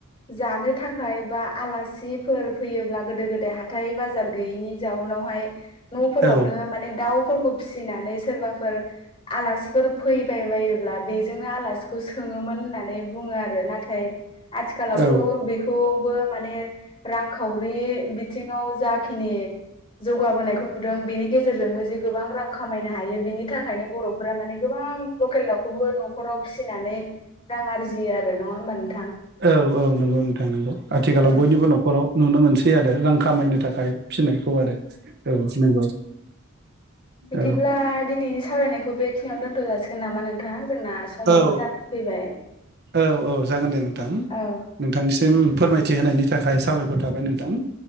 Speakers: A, on the left; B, on the right.
A: जानो थाखाय बा आलासीफोर फैयोब्ला गोदो गोदाय हाथाइ बाजार जार गैयैनि जाउनावहाय न'फोरावनो
B: औ
A: माने दाउफोरखौ फिसिनानै सोरबाफोर आलासिफोर फैबाय बायोब्ला बेजोंनो आलासि खौ सोङोमोन होननानै बुङो आरो नाथाय आथिखालावथ'
B: औ
A: बेखौबो माने रांखावरि बिथिङाव जाखिनि जौगाबोनायखौ नुदों बेनि गेजेरजोंबो जे गोबां रां खामायनो हायो बिनि थाखायनो बर'फोरा माने गोबां लकेल दाउखौबो न'खराव फिसिनानै रां आरजियो आरो नङा होमबा नों
B: औ औ नंगौ नोंथां नंगौ आथिखालाव
A: औ
B: बयनिबो न'खराव नुनो मोनसै आरो रां खामायनो थाखाय फिसिनायखौ आरो औ नंगौ
A: बिदिब्ला
B: औ
A: दिनैनि सावरायनायखौ बे खिनियावनो दोन्थ' जासिगोन नामा नोंथां जोंना समाबो
B: औ
A: जानानै फैबाय
B: औ औ जागोन दे नोंथां
A: औ
B: नोंथांनिसिम फोरमायथि होनायनि थाखाय साबायखर थाबाय नोंथां ।